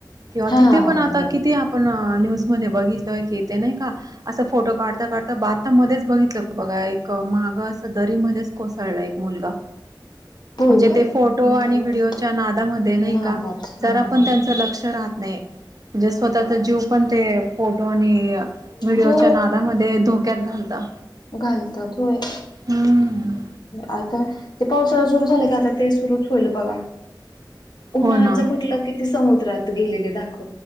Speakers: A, on the right; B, on the left.
A: किंवा
B: हा
A: तिथे पण
B: अ अ..
A: आता किती आपण न्यूज म बघितलय की येते नाही का अस फोटो काढता काढता बात आता मध्येच बघितलं बघा एक माग अस दरी मध्येच कोसळला एक मुलगा
B: होय
A: म्हणजे
B: का
A: ते फोटो
B: नाही
A: आणि
B: एवढं
A: व्हिडिओच्या नादामध्ये नाही
B: नादात
A: का
B: हा
A: जर पण
B: हा
A: त्यांच लक्ष राहात. नाही म्हणजे स्वतःचा जीव पण ते फोटो आणि व्हिडिओच्या
B: हो
A: नादामध्ये धोक्यात घालता
B: घालतात होय
A: हम्म
B: आता ते पावसाळा सुरू झाला का आता ते सुरुच होईल बघा उन्हाळचं
A: हो ना
B: म्हटलं कि ते समुद्रात गेलेले दाखवतात